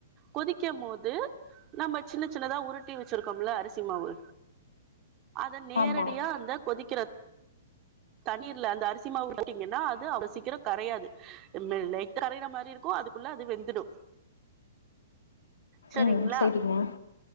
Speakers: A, on the right; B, on the left.
A: கொதிக்குமோது நம்ம சின்ன சின்னதா உருட்டி வச்சிருக்கோம்ல அரிசி மாவு அத நேரடியா
B: ஆமா
A: அந்த கொதிக்கிற தண்ணீர்ல அந்த அரிசி மாவு விட்டீங்கன்னா அது அவ்ளோ சீக்கிர கரையாது ம லைட்டா கரையிற மாதிரி இருக்கும் அதுக்குள்ள அது வெந்துடு சரிங்களா
B: ம் சேரிங்க